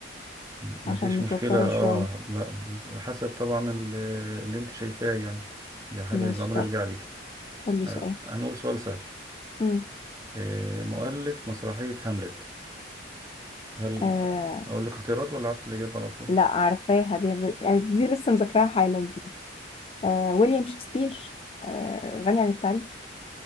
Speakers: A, on the right; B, on the left.
A: مفيش
B: عشان متوترة
A: مشكلة اه
B: شوية
A: لا بز- حسب طبعا ال- اللي انت شايفاه يعني دي حاجة
B: ماشي
A: الأمر
B: طب
A: يرجع ليك
B: قولي
A: آه،
B: سؤال
A: هنقول سؤال سهل
B: مم.
A: آه، مؤلف مسرحية هاملت هل
B: آه
A: أقول لك اختيارات ولا عارف الإجابة على طول؟
B: لا عارفاها دي يعني دي لسه مذاكراها حالا دي آه ويليام شكسبير آه غني عن التعريف